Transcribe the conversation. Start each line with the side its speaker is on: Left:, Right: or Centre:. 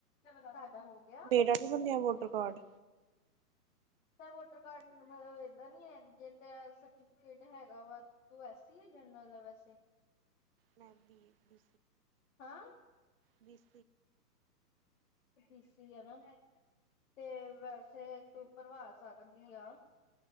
Left: ਤੁਹਾਡਾ ਹੋ ਗਿਆ?
Right: ਮੇਰਾ ਨੀ ਬਣਿਆ ਵੋਟਰ ਕਾਰਡ
Left: ਵੋਟਰ ਕਾਰਡ ਮਤਲਬ ਏਦਾ ਨੀ ਹੈ ਜੇ ਤੇਰਾ ਸਰਟੀਫਿਕੇਟ ਹੈਗਾ ਵਾ ਤੂੰ ਐਸੀ ਐ ਜਰਨਲ? ਵੈਸੇ!
Right: ਮ ਦੀ ਬ
Left: ਹਾਂ
Right: ਬ <inaudible>
Left: ਬੀ ਸੀ ਐ ਮੈਮ। ਤੇ ਵੈਸੇ ਤੂੰ ਭਰਵਾ ਸਕਦੀ ਆ